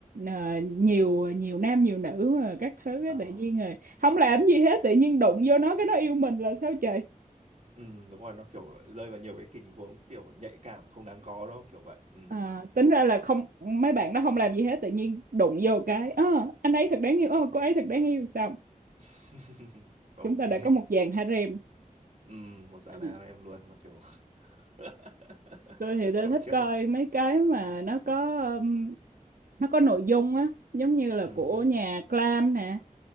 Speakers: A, on the right (about 85°); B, on the right (about 55°).
A: ờ, nhiều nhiều nam nhiều nữ mà các thứ
B: ờ.
A: á, tự nhiên rồi không làm gì hết tự nhiên đụng vô nó cái nó yêu mình là sao trời
B: Ừ, đúng rồi, nó kiểu rơi vào nhiều cái tình huống kiểu nhạy cảm không đáng có đó, kiểu vậy. Ừ.
A: À, tính ra là không mấy bạn đó không làm gì hết tự nhiên đụng vô cái "Ơ, anh ấy thật đáng yêu ơ cô ấy thật đáng yêu sao
B: <laughs> Ok.
A: chúng ta đã có một dàn harem
B: Ừ, một dàn
A: Ừ.
B: hàng em luôn mà kiểu <laughs>
A: tôi thì tôi
B: kiểu
A: thích
B: trước
A: coi
B: là
A: mấy cái mà nó có um, nó có nội dung á giống như là
B: ừ
A: của
B: hứ,
A: nhà Clam nè